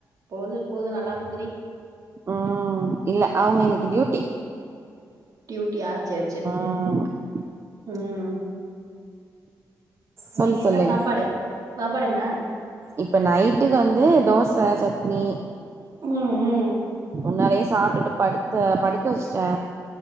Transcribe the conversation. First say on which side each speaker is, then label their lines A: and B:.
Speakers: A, on the right (about 65°); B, on the right (about 40°).
A: போது போது நல்லா போது டி
B: ம் இல்ல அவங்க
A: ம்
B: இன்னைக்கு டியூட்டி
A: டியூட்டியா சேர் சேரி
B: ம்
A: ம்
B: சொல்
A: நீங்க
B: சொல்லு
A: என்ன சாப்பாடு சாப்பாடு என்ன
B: இப்ப நைட்டுக்கு வந்து தோச சட்னி
A: ம் ம்
B: முன்னாலயே சாப்ட்டுட்டு படுத்த படுக்க வச்ட்டே